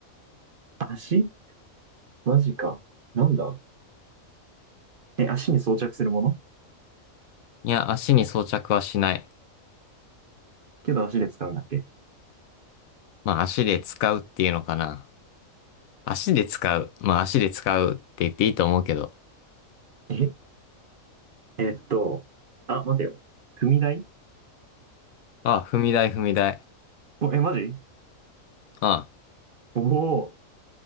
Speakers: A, on the right; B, on the left.
A: 足マジか。なんだえ、足に装着するもの
B: いや、足に装着はしない。
A: けど足で使うんだっけ
B: まあ、足で使うっていうのかな。足で使う。まあ、足で使うって言っていいと思うけど。
A: え、えーっと、あ、待てよ。踏み台
B: あ、踏み台、踏み台。
A: お、え、マジ
B: あ、
A: おお、